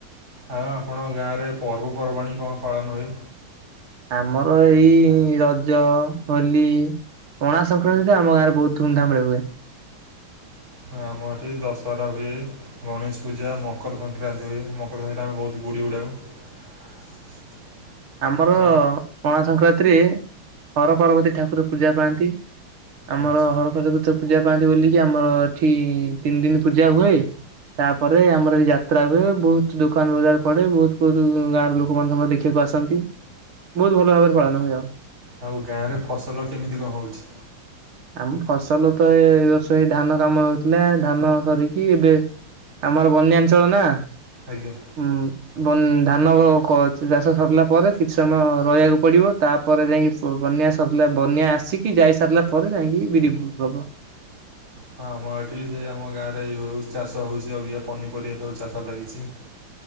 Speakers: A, on the right; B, on the right.
A: ଆଉ ଆପଣଙ୍କ ଗାଁରେ ପର୍ବପର୍ବାଣି କଣ ପାଳନ ହୁଏ?
B: ଆମର ଏଇ ରଜ, ହୋଲି ପଣା ସଂକ୍ରାନ୍ତି ତ ଆମ ଗାଁରେ ବହୁତ ଧୁମଧାମ ରେ ହୁଏ।
A: ହଁ ଆମ ଏଠି ଦଶହରା ହୁଏ। ଗଣେଶ ପୂଜା, ମକର ସଂକ୍ରାନ୍ତି ହୁଏ। ମକର ସଂକ୍ରାନ୍ତି ଆମେ ବହୁତ ଗୁଡ଼ି ଉଡ଼ାଉ। <inaudible>
B: ଆମର
A: ଆ
B: ପଣା ସଂକ୍ରାନ୍ତିରେ ହର ପାର୍ବତୀ ଠାକୁର ପୂଜା ପାଆନ୍ତି। ଆମର
A: ଆଚ୍ଛା
B: ହରପ୍ରଦବତି ପୂଜା ପାଆନ୍ତି ବୋଲିକି ଆମର ଏଠି ତିନି ଦିନ ପୂଜା ହୁଏ। ତାପରେ ଆମର ଏ ଯାତ୍ରା ହୁଏ। ବହୁତ ଦୋକାନ ବଜାର ପଡେ। ବହୁତ ବହୁତ ଗାଁ ର ଲୋକ ମାନ ସମର ଦେଖିବାକୁ ଆସ ନ୍ତି ବହୁତ ଭଲ ଭାବରେ ପାଳନ ହୁଏ ଆଉ।
A: ଆଉ ଗାଁରେ ଫସଲ କେମିତି କଣ ହଉଚି?
B: ଆମ ଫସଲ ତ ଏ ଏଇ ବର୍ଷ ହେଇ ଧାନ କାମ ହଉଥିଲା, ଧାନ ସରିଚି ଏବେ ଆମର ବନ୍ୟାଞ୍ଚଳ ନା?
A: ଆଜ୍ଞା।
B: ହୁଁ ବନ୍ ଧାନ କ ଚାଷ ସରିଲା। ପରେ କିଛି ସମୟ ରହିବାକୁ ପଡ଼ିବ। ତାପରେ ଯାଇକି ବନ୍ୟା ସରିଲା ବନ୍ୟା ଆସିକି ଯାଇସାରିଲା ପ ପରେ ଯାଇହିକି ବିରି ବୁ ହବ।
A: ହଁ ଆମ ଏଠି ବି ଆମ ଗାଁରେ ଏଇ ହେଉ ଚାଷ ହଉଚି ଆଉ ପନିପରିବା ସବୁ ଚାଷ ଲାଗିଚି।